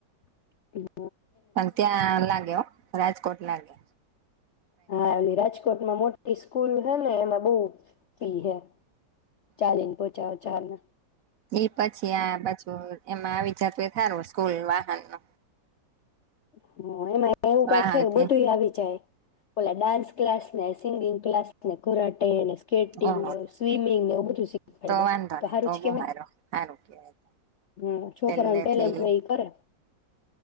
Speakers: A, on the left; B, on the right.
A: હ <inaudible>
B: પણ ત્યાં લાગ્યો, રાજકોટ નાગ <inaudible>
A: હા એ રાજકોટમાં મોટી સ્, ફુલ હે ને એમાં બવ પી હે. ચાલીને પચા હજારને.
B: એ પછી આ પાછું એમાં આવી જાતુ ઇતુ થારું સ્કૂલ વાહનમાં.
A: હા. હ એમાં એવું કાંઈક
B: વાહન
A: યે
B: થી
A: બધું આવી જાય. ઓલા ડાન્સ ક્લાસ નેશ સિંગિંગ ક્લાસને ખોરાટેને સ્કેટિંગ
B: ઓહો
A: સ્વિમિંગ ને એવું બધું શીખવાડ
B: તો
A: દે
B: વાંધો
A: તો
B: નહી
A: સારું જ
B: બહુ
A: કેવાય.
B: સારો સારું કેવાય
A: હું છોકરાવ
B: પેલેથી
A: ને ટેલેન્ટ હોય કરે.